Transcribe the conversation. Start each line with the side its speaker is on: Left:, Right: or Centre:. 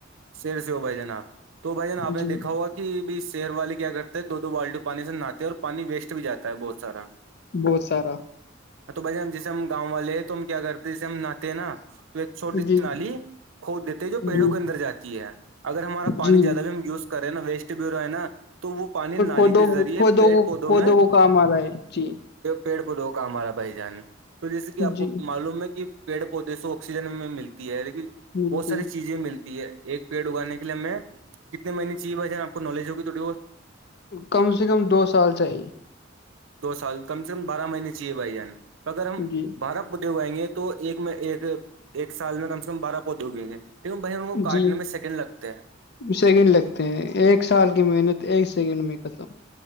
Right: سر سے ہو بھائی جان آپ تو بھائی جان آپ
Left: جی
Right: نے دیکھا ہوا کہ کہ ب شہر والے کیا کرتے ہیں دو بالٹو پانی سے نہاتے اور پانی ویسٹ بھی جاتا ہے بہت سارا
Left: بہت سارا را
Right: تو بھائی جیسے ہم گاؤں والے ہیں تو ہم کیا کرتے ہیں جیسے ہم ن نہاتے ہیں نا تو ایک چھوٹی
Left: جی
Right: سی نی کھود دیتے ہیں جو پیڑوں
Left: جی
Right: کے اندر جات ہے اگر ہمارا پانی
Left: جی
Right: زیادہ بھی ہم یوز کر رہے نا ویسٹ ب ہو رہا ہے نا تو وہ پانی نالی
Left: کودوں
Right: کے ذریع
Left: کودوں
Right: پیڑ
Left: کو
Right: پودوں
Left: کودوں
Right: میں
Left: کو کام آ رہا ہے جی
Right: پ پیڑ پودھوکا ہمارا بھائی جان تو جیسے کہ آپ کو
Left: جی
Right: معلوم ہے کہ پیڑ پودے سے آکسیجن میں ملتی ہے لیکن
Left: ملتی
Right: بہت ساری چیزیں ملتی ہے ایک پیڑ اگانے کےے ہمیں کتنے مہینے چاہے بھائی جان آپ کو نالج ہوگی تھوڑی بہت
Left: کم سے کم دو سال چاہیے
Right: دو سال کم سے کم بارہ مہینے چاہیے بھائی جان تو اگر ہم
Left: جی
Right: بارہ پودے اگائیں گے تو ایک ایک ایک سال میں کم سے کم بارہ پودے اگائیں گے لیکن بہ کاٹنے
Left: جی
Right: میں سیکنڈ لگتے ہیں
Left: سیکنڈ لگتے ہیں ایک سال کی محنت ایک سیکنڈ میں ختم